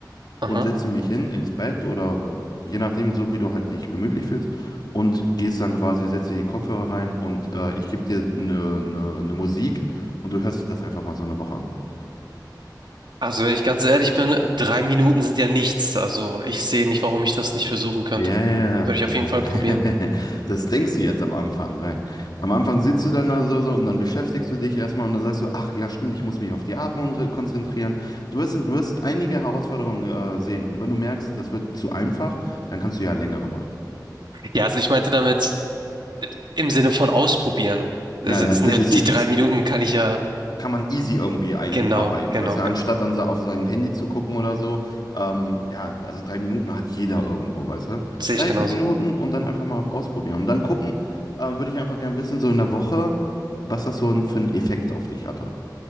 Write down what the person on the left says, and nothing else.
und setze mich hin ins Bett oder je nachdem, so wie du halt dich gemütlich fühlst und gehst dann quasi, setzt dir die Kopfhörer rein und äh, ich gebe dir eine, eine, eine Musik und du hörst dir das einfach mal so eine Woche an.
Ja, ja,
ja.
<laughs> das denkst du jetzt am Anfang. Weil am Anfang sitzt du dann da so, so und dann beschäftigst du dich erstmal und dann sagst du, ach ja, stimmt, ich muss mich auf die Atmung re- konzentrieren. Du wirst, du wirst einige Herausforderungen äh, sehen und wenn du merkst, das wird zu einfach, dann kannst du ja längere machen.
Ja, ja,
das
ist, ist
die kann man easy irgendwie einarbeiten,
weißt du,
anstatt dann so auf sein Handy zu gucken oder so. Ähm, ja, also drei Minuten hat jeder irgendwo, weißt du.
Drei,
vier Minuten und dann einfach mal ausprobieren. Und dann gucken, äh, würde ich einfach gerne wissen, so in der Woche, was das so ein- für einen Effekt auf dich hatte.